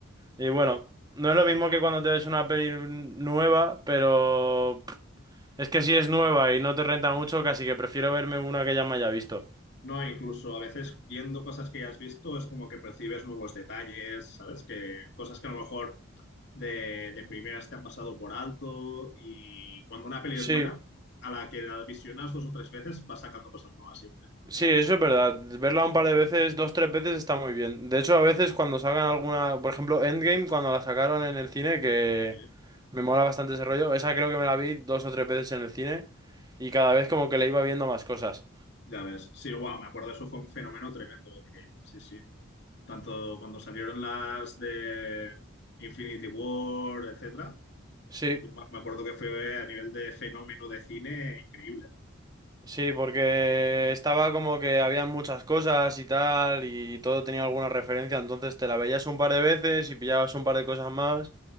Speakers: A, on the right; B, on the left.
A: y bueno, no es lo mismo que cuando te ves una peli nueva, pero Es que si es nueva y no te renta mucho, casi que prefiero verme una que ya me haya visto.
B: No, incluso a veces viendo cosas que ya has visto es como que percibes nuevos detalles, ¿sabes? Que cosas que a lo mejor de, de primeras te han pasado por alto y cuando una peli
A: Sí,
B: es buena, a la que la visionas dos o tres veces vas sacando cosas nuevas siempre,
A: sí, eso es verdad. Verla un par de veces, dos, tres veces está muy bien. De hecho, a veces cuando salgan alguna, por ejemplo, Endgame, cuando la sacaron en el cine, que
B: ¿sí?
A: me mola bastante ese rollo, esa creo que me la vi dos o tres veces en el cine y cada vez como que le iba viendo más cosas.
B: Ya ves. Sí, guau, me acuerdo, eso fue un fenómeno tremendo en Game, sí, sí. Tanto cuando salieron las de Infinity War, etcétera
A: Sí,
B: Yo me me acuerdo que fue a nivel de fenómeno de cine increíble.
A: sí, porque estaba como que había muchas cosas y tal y todo tenía alguna referencia, entonces te la veías un par de veces y pillabas un par de cosas más.